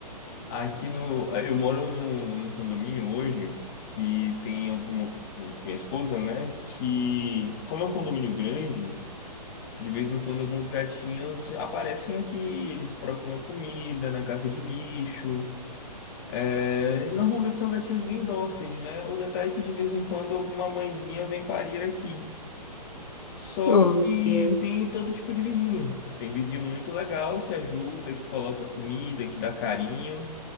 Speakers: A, on the left; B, on the left.
A: Aqui no, eu moro num, num condomínio hoje que tem alguma, minha esposa, né? Que, como é um condomínio grande, de vez em quando alguns gatinhos aparecem aqui, eles procuram comida na casa de lixo. É, normalmente são gatinhos bem dóceis, né? O detalhe é que de vez em quando alguma mãezinha vem parir aqui. Só
B: Oh,
A: que
B: meu Deus.
A: tem todo tipo de vizinho. Tem vizinho muito legal que ajuda, que coloca comida, que dá carinho.